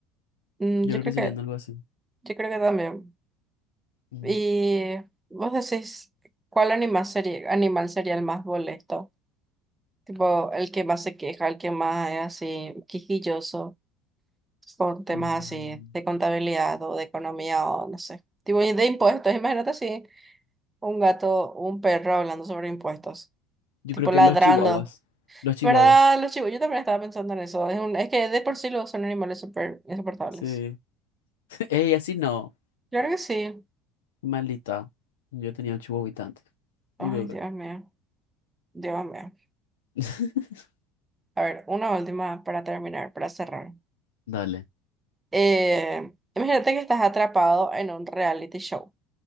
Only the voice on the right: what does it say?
Mm,
yo
creo
que,
yo creo que también.
Y vos decís, ¿cuál animal sería, animal sería el más molesto? Tipo, el que más se queja, el que más es así, quisquilloso, con temas
así de contabilidad o de economía o no sé. Tipo, y de impuestos. <laughs> Imagínate así, un gato, un perro hablando sobre impuestos.
Tipo,
ladrando.
¿Verdad, los chivos, Yo también estaba pensando en eso. Es un, es que de por sí los son animales súper insoportables.
Yo creo que sí.
Ay,
Dios mío, Dios mío.
A ver, una última para terminar, para cerrar.
Eh, imagínate que estás atrapado en un reality show,